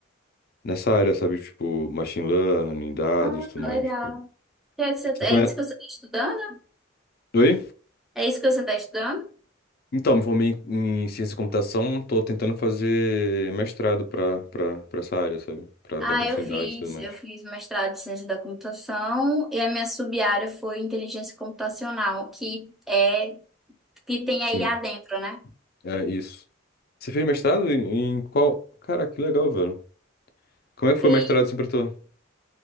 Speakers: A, on the left (about 45°); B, in the centre.
A: nessa área, sabe? Tipo, machine learning, dados,
B: Ah,
A: tudo
B: legal.
A: mais. tipo,
B: Que é que você-
A: Você
B: é
A: conhece...
B: isso que você está estudando?
A: Oi?
B: É isso que você está estudando?
A: Então, me formei em, em ciência da computação, tô tentando fazer mestrado pra, pra, pra essa área, sabe? Pra dar
B: Ah,
A: continuidade
B: eu fiz,
A: e tudo mais.
B: eu fiz mestrado em ciência da computação e a minha sub-área foi inteligência computacional, que é que tem a
A: Sim,
B: IA dentro, né?
A: é isso. Você fez mestrado em, em qual... Cara, que legal, velho. Como é que foi
B: E,
A: o mestrado assim pra tu?